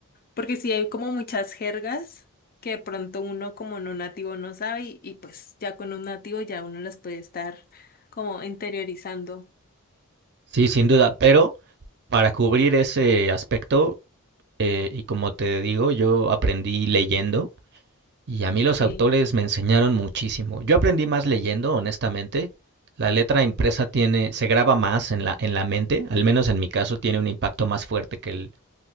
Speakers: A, on the left (about 40°); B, on the right (about 50°).
A: Porque sí hay como muchas jergas que de pronto uno como no nativo no sabe y, y pues ya con un nativo ya uno las puede estar como interiorizando.
B: Sí, sin duda, pero para cubrir ese aspecto, eh, y como te digo, yo aprendí leyendo y a mí los
A: Sí,
B: autores me enseñaron muchísimo. Yo aprendí más leyendo, honestamente. La letra impresa tiene, se graba más en la, en la mente, al menos en mi caso tiene un impacto más fuerte que el,